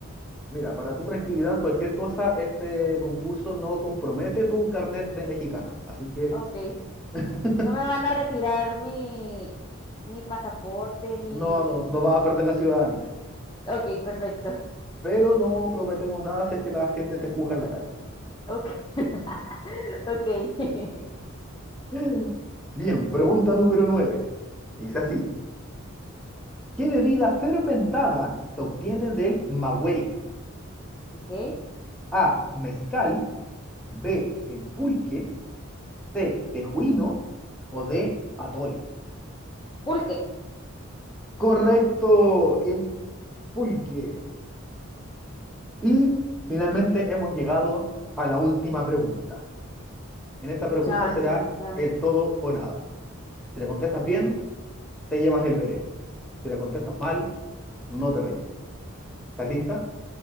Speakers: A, in the centre; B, on the left.
A: mira, para tu tranquilidad, cualquier cosa, este concurso no compromete tu carnet de mexicana. Así que
B: Ok.
A: <laughs>
B: No me van a retirar mi, mi pasaporte ni...
A: no, no, no vas a perder la ciudadanía.
B: Ok, perfecto.
A: Pero no prometemos nada si es que la gente te juzga en la calle.
B: Ok, <laughs> ok. <laughs>
A: <gasps> <laughs> Bien, pregunta número nueve Dice así. ¿Qué bebida fermentada se obtiene del maguey?
B: Ok.
A: A, mezcal, B, el pulque, C, tejuino o D, atole.
B: Pulque.
A: Correcto, el pulque. Y finalmente hemos llegado a la última pregunta. En esta pregunta
B: Chan,
A: será
B: chan, chan.
A: el todo o nada. Si la contestas
B: Ok.
A: bien, te llevas el velero. Si la contestas mal, no te lo llevas. ¿Estás lista?